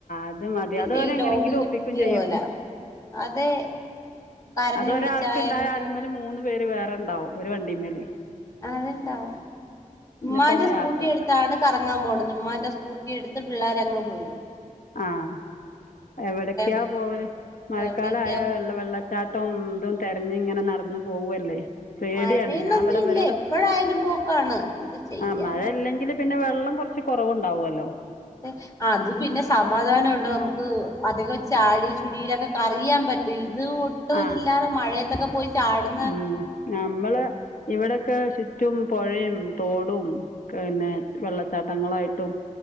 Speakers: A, on the left (about 75°); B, on the left (about 25°).
A: അത് മതി
B: പിന്നെ
A: അതവരെങ്ങനെങ്കിലും
B: ഈ ലോകം കിട്ടിയോ
A: ഒപ്പിക്കും ചെയ്യും
B: അല അതെ കരഞ്ഞു
A: അതൊരാൾക്ക്ണ്ടായ
B: വിളിച്ചായാലും
A: അല മേൽ മൂന്ന് പേര് വേറെണ്ടാവും ഒരു വണ്ടി മേൽ
B: അത്ണ്ടാവും ഉമ്മാന്റെ
A: എന്നിട്ടാണ്
B: സ്കൂട്ടി
A: യാത്ര
B: എടുത്താണ് കറങ്ങാൻ പോണുന്നത് ഉമ്മാന്റെ സ്കൂട്ടി എടുത്ത് പിള്ളോര അങ്ങ് പോകവും
A: ആഹ എവിടക്കെയാ
B: പറ്റോ
A: പോവരൽ മഴക്കാലയാ
B: എവിടേക്കാ പോ
A: വെള്ള വെള്ളച്ചാട്ടം ഇതും തിരഞ്ഞ് ഇങ്ങനെ നടന്ന പോവല്ലേ പേടിയാണ്
B: മഴയെന്നൊന്നും
A: ഞാൻ ഇവിടെ
B: ഇല്ല
A: ഇവരോട്
B: എപ്പോഴായാലും പോക്കാണ് എന്ത് ചെയ്യാന
A: ആ മഴ ഇല്ലെങ്കിൽ പിന്നെ വെള്ളം കുറച്ച് കുറവുണ്ടാവുമല്ലോ
B: അതെ അത് പിന്നെ സമാധാനുണ്ട് നമുക്ക് അധികം ചാടി ചുടിയിലൊക്കെ കറിയാൻ പറ്റും ഒട്ടും
A: ആഹ
B: ഇതില്ലാതെ മഴയത്തൊക്കെ പോയി ചാടുന്ന
A: ഉ നമ്മള് ഇവിടെൊക്കെ ചുറ്റും പുഴയും തോടും പിന്നെ വെള്ളച്ചാട്ടങ്ങളായിട്ടും